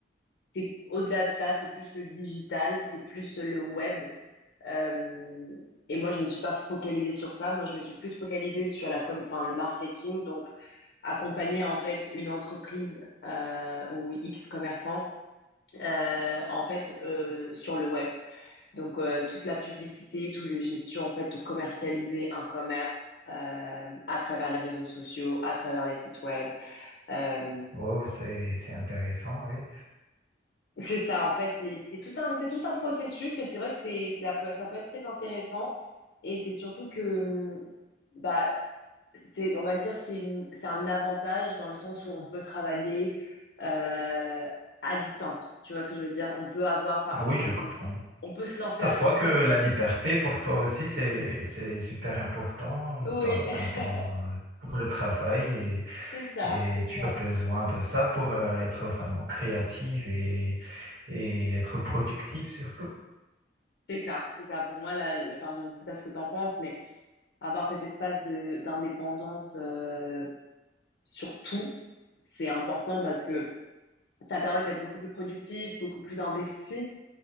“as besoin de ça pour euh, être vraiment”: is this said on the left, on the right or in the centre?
Right